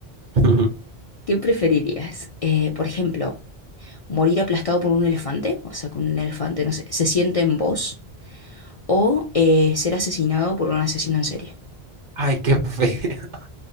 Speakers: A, on the right (about 50°); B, on the left (about 50°).
A: Ujú.
B: ¿qué preferirías? Eh, por ejemplo, morir aplastado por un elefante, o sea, que un elefante, no sé, se siente en vos, o eh, ser asesinado por un asesino en serie.
A: Ay, qué feo. <laughs>